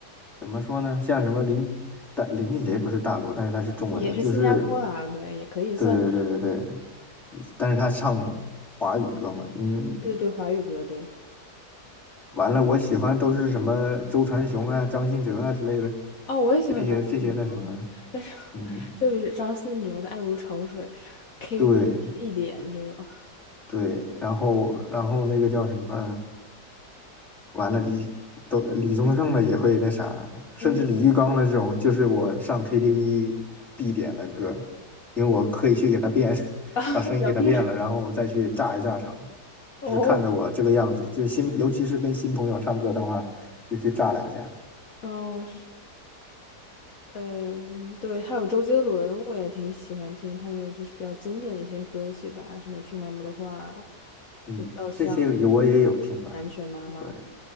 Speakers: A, in the centre; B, on the left.
A: 怎么说呢？像什么林大林俊杰不是大陆，但是他是中文的，
B: <laughs> 也是新加坡的啊，
A: 就是
B: 对，也可以算是
A: 对对对对对，但是他唱华语歌嘛，嗯，
B: 对对，华语歌，对。
A: 完了，我喜欢都是什么周传雄啊、张信哲啊之类的，
B: 哦，我也喜欢张信哲，
A: 这些这些那什么，
B: 但是
A: 嗯，
B: 就是张信哲的《爱如潮水》，KTV
A: 对
B: 必点这种。
A: 对，然后然后那个叫什么，完了，李都李宗盛的也会那啥，甚至李玉刚的这种，
B: 嗯，
A: 就是我上 KTV 必点的歌，因为我可以去给他变，<laughs>
B: <laughs>
A: 把声音给他变了，
B: 聊必说
A: 然后我再去炸一炸场，就是看的我这个样子，
B: 哦
A: 就是新，尤其是跟新朋友唱歌的话，就去炸两下。
B: 哦是，嗯，对，还有周杰伦，我也挺喜欢听他的，就是比较经典的一些歌曲吧，什么《听妈妈的话》，
A: 嗯，
B: 什么《稻香》。
A: 这些也我也有听啊，
B: 南拳妈妈，
A: 对，